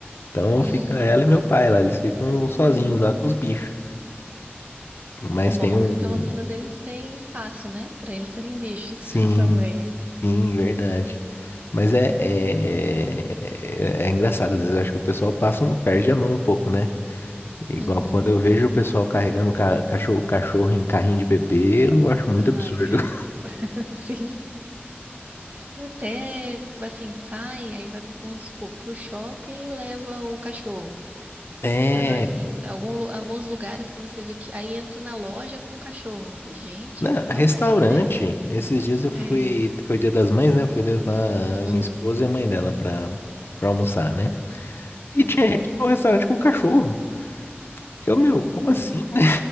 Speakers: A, on the left; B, on the right.
A: Então
B: Uhum.
A: fica ela e meu pai lá, eles ficam sozinhos
B: Sim.
A: lá com os bichos. Mas
B: O bom
A: tem um.
B: é que pelo menos eles têm espaço, né? Para eles serem bichos
A: Sim,
B: <laughs> também.
A: sim, verdade. Mas é, é, é é engraçado, às vezes eu acho que o pessoal passa um, perde a mão um pouco, né? Igual
B: Uhum.
A: quando eu vejo o pessoal carregando ca- cachorro, cachorro em carrinho de bebê, eu acho muito
B: Ai,
A: absurdo.
B: é.
A: <laughs>
B: <laughs> Sim. E até, assim, sai, aí vai, vamos supor, pro shopping e leva o cachorro.
A: É,
B: Aí vai, assim, algum lu- alguns lugares que você vê que aí entra na loja com o cachorro. Falei, Gente,
A: Né, restaurante.
B: calma aí, né?
A: Esses dias eu fui,
B: É.
A: foi Dia das Mães, né? Eu fui levar
B: Uhum.
A: a minha esposa e a mãe dela pra, pra almoçar, né? E
B: Uhum.
A: tinha gente no restaurante com cachorro. Eu, meu, como assim,
B: Ela-
A: né?